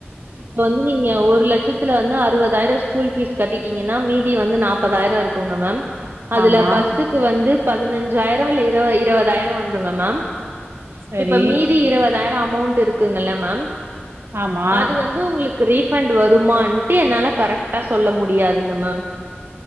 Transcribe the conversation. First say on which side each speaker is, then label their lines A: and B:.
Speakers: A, on the right; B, on the right.
A: இப்ப வந்து நீங்க ஒரு லட்சத்துல வந்து அறுவதாயிரம் ஸ்கூல் ஃபீஸ் கட்டிட்டீங்கன்னா மீதி வந்து நாப் பதாயிரம் இருக்குங்க மேம் அதுல
B: ஆமா
A: பஸ்ஸுக்கு வந்து பதினஞ்சாயிரம் இல்ல இரு இருவதாயிரம் வந்துங்க மேம்
B: சரி
A: இப்ப மீதி இருவதாயிரம் அமௌண்ட்டு இருக்குங்கல்ல மேம்
B: ஆமா
A: அது வந்து உங்களுக்கு ரீபண்ட் வருமான்ட்டு என்னால கரெக்ட்டா சொல்ல முடியாதுங்க மேம்